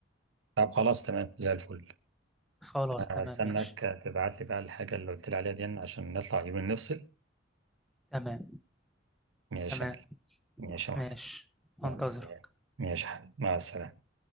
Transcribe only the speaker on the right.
طب خلاص تمام زي الفل
هستناك
تبعت لي بقى الحاجة اللي قلت لي عليها دي عشان نطلع يومين نفصل
ماشي
يا معلم ماشي يا
معلم يلا،
سلام. ماشي يا حبيبي مع السلامة